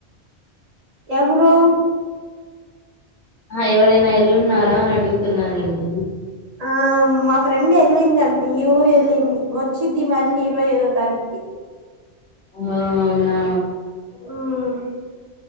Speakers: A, on the right; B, on the left.
A: ఎవరు
B: ఆ ఎవరైనా ఎల్లున్నారా అని అడుగుతున్నానండి
A: ఆ మా ఫ్రెండ్ వెళ్ళిందండి ఈ ఊరు వెళ్ళింది వచ్చిద్ది మళ్ళీ ఇరవై ఐదో తారీక్కి
B: ఓ అవునా
A: ఉం